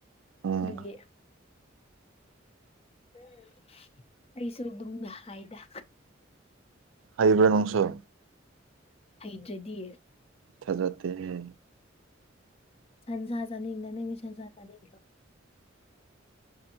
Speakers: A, on the right; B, on the left.
A: ꯎꯝ
B: ꯗꯨꯒꯤ ꯎꯝ ꯑꯩꯁꯨ ꯑꯗꯨꯝꯅ ꯍꯥꯏꯗ
A: ꯍꯩꯕ꯭ꯔ ꯅꯪꯁꯨ
B: ꯍꯩꯇ꯭ꯔꯗꯤ
A: ꯊꯥꯖꯗꯦꯍꯦ
B: ꯁꯟꯁꯥ ꯆꯥꯅꯤꯡꯗ ꯅꯪꯗꯤ ꯁꯟꯁꯥ ꯆꯥꯅꯤꯡꯗ꯭ꯔꯣ